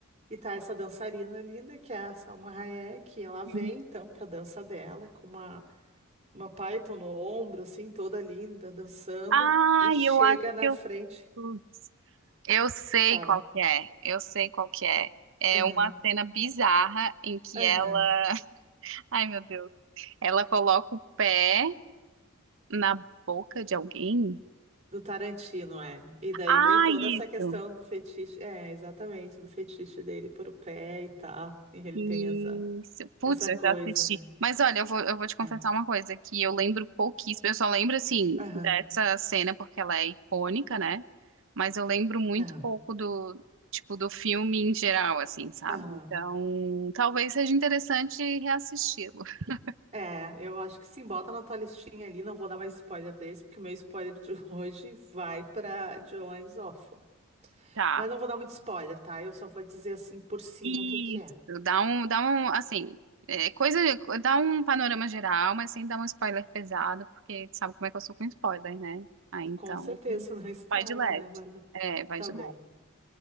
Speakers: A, on the right (about 30°); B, on the right (about 65°).
A: e tá essa dançarina linda que é a Salma Hayek, e ela vem
B: uhum.
A: então pra dança dela com uma uma Python no ombro assim, toda linda, dançando
B: Ah,
A: e chega
B: eu acho
A: na
B: que eu.
A: frente,
B: putz, Eu sei
A: fala:
B: qual que é. Eu sei qual que é. É
A: "Aham,
B: uma cena bizarra em que
A: aham".
B: ela. <laughs> Ai, meu Deus. Ela coloca o pé na boca de alguém.
A: Do Tarantino, é. E daí
B: Ah,
A: vem toda essa
B: isso.
A: questão do fetiche. É, exatamente, do fetiche dele por o pé e tal. E ele
B: Isso.
A: tem essa,
B: Putz,
A: essa
B: eu
A: coisa,
B: já assisti.
A: né?
B: Mas olha, eu vou, eu vou te confessar
A: É.
B: uma coisa, que eu lembro pouquíssimo. Eu só lembro, assim,
A: Aham,
B: dessa cena porque ela é icônica, né? Mas eu lembro muito
A: aham,
B: pouco do, tipo, do filme em geral, assim, sabe?
A: aham.
B: Então, talvez seja interessante reassisti-lo. <laughs>
A: É, eu acho que sim, bota na tua listinha ali. Não vou dar mais spoiler desse, porque o meu spoiler de <laughs> hoje vai pra Jones Awful.
B: Tá.
A: Mas não vou dar muito spoiler, tá? Eu só vou dizer assim por cima
B: Isso,
A: o que que é.
B: dá um, dá um, assim, é, coisa, dá um panorama geral, mas sem dar um spoiler pesado, porque tu sabe como é que eu sou com spoiler, né? Aí então,
A: Com certeza <laughs> não estraga,
B: vai de leve.
A: né, Bárbara?
B: É, vai
A: Tá
B: de
A: bem.
B: leve.